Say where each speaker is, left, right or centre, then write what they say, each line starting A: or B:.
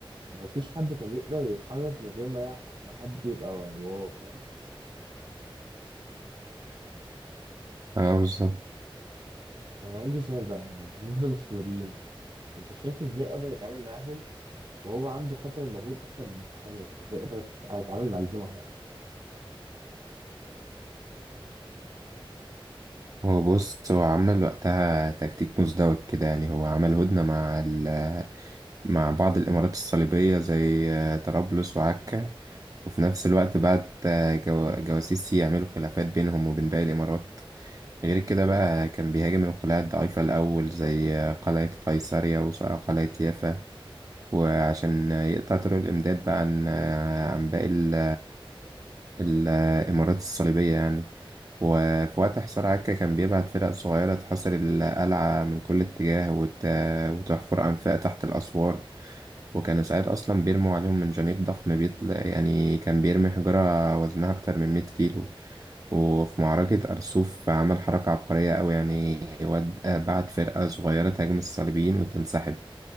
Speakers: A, on the right; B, on the right.
A: مفيش حد كان يقدر يتحرك من غير ما يح- ما حد يبقى وراه فاهم
B: اه بالظبط
A: طب أنا عندي سؤال بقى يعني بالنسبة للصليبيين أنت شايف إزاي قدر يتعامل معاهم وهو عنده خطر المغول اصلا من ناحيه تانية يعني ازاي يقدر يت- يتعامل مع الاتنين مع بعض
B: هو بص هو عمل وقتها تكتيك مزدوج كده يعني هو عمل هدنة مع ال مع بعض الإمارات الصليبية زي آه، طرابلس وعكا وفي نفس الوقت بعت آه، جو- جواسيس يعملوا خلافات بينهم وبين باقي الإمارات غير كده بقى كان بيهاجم القلاع الضعيفة الأول زي آه، قلعة قيصرية وقلعة يافا وعشان يقطع طرق الإمداد بقى عن عن باقي ال- الإمارات الصليبية يعني وفي وقت حصار عكا كان بيبعت فرق صغيرة تحاصر القلعة من كل اتجاه وت... وتحفر أنفاق تحت الأسوار وكانوا ساعات أصلا بيرموا عليهم من جنيق ضخم بيطلع يعني كان بيرمي حجرة وزنها أكتر من مية كيلو وفي معركة أرسوف عمل حركة عبقرية أوي يعني ود... بعت فرقة صغيرة تهاجم الصليبيين وتنسحب